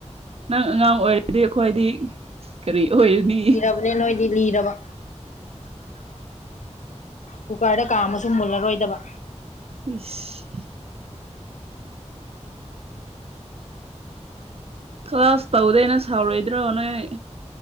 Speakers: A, on the right (about 55°); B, on the left (about 85°).
A: ꯅꯪ ꯑꯉꯥꯡ ꯑꯣꯏꯔꯤꯗꯤ ꯑꯩꯈꯣꯏꯗꯤ ꯀꯔꯤ ꯑꯣꯏꯔꯅꯤ
B: ꯂꯤꯔꯕꯅꯦ ꯅꯣꯏꯗꯤ ꯂꯤꯔꯕ ꯀꯨꯀꯔꯗ ꯀꯥꯝꯃꯁꯨ ꯃꯨꯜꯂꯔꯣꯏꯗꯕ
A: ꯏꯁ ꯀ꯭ꯂꯥꯁ ꯇꯧꯗꯦꯅ ꯁꯥꯎꯔꯣꯏꯗ꯭ꯔꯣ ꯅꯣꯏ